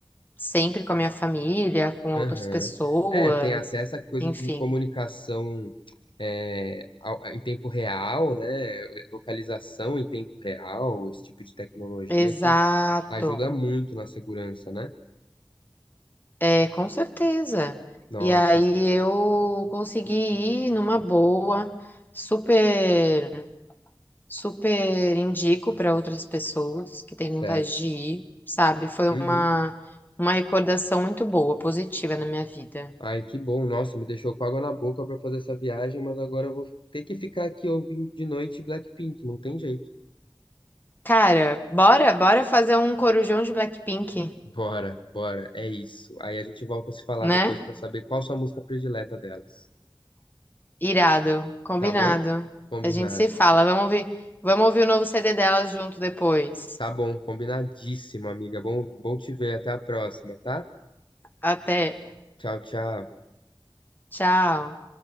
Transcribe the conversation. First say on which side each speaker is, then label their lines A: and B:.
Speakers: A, on the left; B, on the left.
A: sempre com a minha família, com
B: Aham.
A: outras pessoas,
B: É, tem até essa coisa
A: enfim.
B: de comunicação é, ao- em tempo real, né? Localização em tempo real, esse tipo de tecnologia
A: Exato.
B: que ajuda muito na segurança, né?
A: É, com certeza.
B: Nossa,
A: E aí eu consegui ir numa boa, super Super indico para outras pessoas que têm
B: certo.
A: vontade de ir, sabe? Foi
B: Uhum.
A: uma, uma recordação muito boa, positiva na minha vida.
B: Ai, que bom. Nossa, me deixou com água na boca para fazer essa viagem, mas agora eu vou ter que ficar aqui ouvindo de noite Blackpink, não tem jeito.
A: Cara, bora, bora fazer um corujão de Blackpink,
B: Bora, bora, é isso. Aí a gente volta a se falar
A: né?
B: depois para saber qual sua música predileta delas,
A: Irado, combinado.
B: tá bom? Combinado.
A: A gente se fala. Vamos ouvir, vamos ouvir o novo CD delas junto depois.
B: Tá bom, combinadíssimo, amiga. Bom, bom te ver. Até a próxima, tá?
A: Até.
B: Tchau, tchau.
A: Tchau.